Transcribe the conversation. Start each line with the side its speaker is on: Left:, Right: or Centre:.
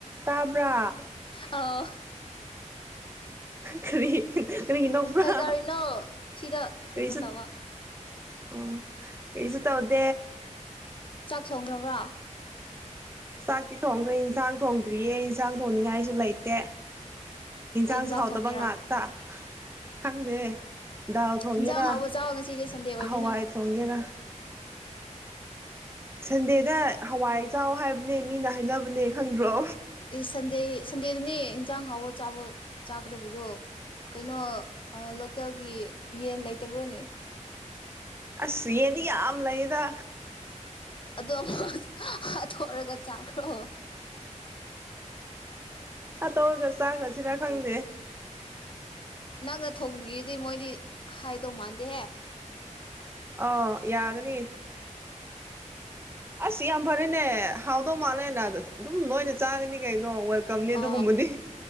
Right: ꯇꯥꯕ꯭ꯔꯥ
Left: ꯑꯧ
Right: ꯀꯔꯤ ꯀꯔꯤ ꯅꯣꯛꯄ꯭ꯔꯥ
Left: ꯀꯩ ꯇꯔꯅꯣ ꯁꯤꯗ ꯀꯩꯅꯣ
Right: ꯀꯔꯤꯁꯨ
Left: ꯇꯧꯕ
Right: ꯑꯣ ꯀꯔꯤꯁꯨ ꯇꯧꯗꯦ
Left: ꯆꯥꯛ ꯊꯣꯡꯈ꯭ꯔꯕ꯭ꯔꯥ
Right: ꯆꯥꯛꯇꯤ ꯊꯣꯡꯈ꯭ꯔꯦ ꯏꯟꯁꯥꯡ ꯊꯣꯡ ꯇ꯭ꯔꯤꯌꯦꯟꯁ ꯍꯟꯁꯥꯡ ꯊꯣꯡꯅꯤꯡꯉꯥꯏꯁꯨ ꯂꯩꯇꯦ ꯌꯦꯟꯁꯥꯡꯁꯨ
Left: ꯀꯩ ꯌꯦꯟꯖꯥꯡ
Right: ꯍꯥꯎꯇꯕ
Left: ꯊꯣꯡꯒꯦꯔꯥ
Right: ꯉꯥꯛꯇ ꯈꯪꯗꯦ ꯗꯥꯎ ꯊꯣꯡꯒꯦꯔꯥ
Left: ꯍꯤꯟꯖꯥꯡ ꯍꯥꯎꯕ ꯆꯥꯎ ꯉꯁꯤꯗꯤ ꯁꯟꯗꯦ ꯑꯣꯏꯕꯅꯤꯅ
Right: ꯍꯋꯥꯏ ꯊꯣꯡꯒꯦꯔꯥ ꯁꯟꯗꯦꯗ ꯍꯋꯥꯏꯆꯥꯎ ꯍꯥꯏꯕꯅꯦ ꯃꯤꯅ ꯍꯥꯏꯅꯕꯅꯦ ꯈꯪꯗ꯭ꯔꯣ
Left: ꯏꯁ ꯁꯟꯗꯦ ꯁꯟꯗꯦꯗꯅꯦ ꯏꯟꯁꯥꯡ ꯍꯥꯎꯕ ꯆꯥꯕ ꯆꯥꯀꯗꯕꯁꯨꯣ ꯀꯩꯅꯣ ꯂꯣꯀꯦꯜꯒꯤ ꯌꯦꯟ ꯂꯩꯇꯕ꯭ꯔꯣꯅꯦ
Right: ꯑꯁ ꯌꯦꯅꯤ ꯌꯥꯝ ꯂꯩꯗ
Left: ꯑꯗꯨ ꯑꯃꯨꯛ ꯍꯥꯊꯔꯒ ꯆꯥꯈ꯭ꯔꯣ
Right: ꯇꯧꯔꯒ ꯆꯥꯈ꯭ꯔꯁꯤꯔꯥ ꯈꯪꯗꯦ
Left: ꯅꯪꯅ ꯊꯣꯡꯕꯤꯒꯤ ꯃꯣꯏꯗꯤ ꯍꯥꯏꯗꯣ ꯃꯥꯟ ꯗꯦ
Right: ꯑ ꯌꯥꯒꯅꯤ ꯑꯁꯤ ꯌꯥꯝ ꯐꯔꯦꯅꯦ ꯍꯥꯎꯗꯧ ꯃꯥꯜꯂꯦꯅ ꯑꯗꯨꯝ ꯂꯣꯏꯅ ꯆꯥꯒꯅꯤ ꯀꯩꯅꯣ ꯋꯦꯜꯀꯝꯅꯦ ꯑꯗꯨꯒꯨꯝꯕꯗꯤ
Left: ꯑ